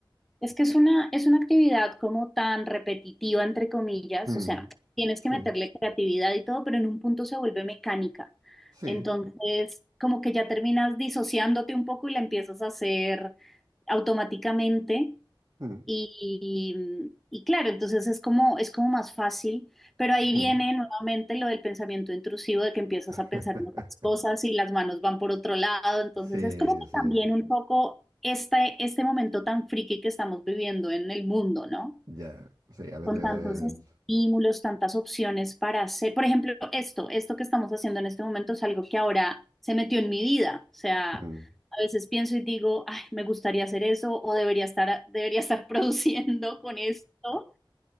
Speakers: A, in the centre; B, on the right (about 50°).
A: es que es una, es una actividad como tan repetitiva, entre comillas,
B: Mm,
A: o sea, tienes
B: sí,
A: que meterle creatividad y todo, pero en un punto se vuelve mecánica.
B: sí.
A: Entonces, como que ya terminas disociándote un poco y la empiezas a hacer automáticamente
B: mm,
A: Y, y claro, entonces es como, es como más fácil, pero ahí viene
B: mm.
A: nuevamente lo del pensamiento intrusivo, de que empiezas
B: <laughs>
A: a pensar en otras cosas y las manos van por otro lado, entonces
B: Sí,
A: es como que
B: sí.
A: también un poco este, este momento tan friki que estamos viviendo en el mundo, ¿no?
B: Ya, sí, a veces...
A: con tantos estímulos, tantas opciones para hacer. Por ejemplo, esto, esto que estamos haciendo en este momento es algo que ahora se metió en mi vida. O sea,
B: mm,
A: a veces pienso y digo, ay, me gustaría hacer eso o debería estar, debería estar <laughs> produciendo con esto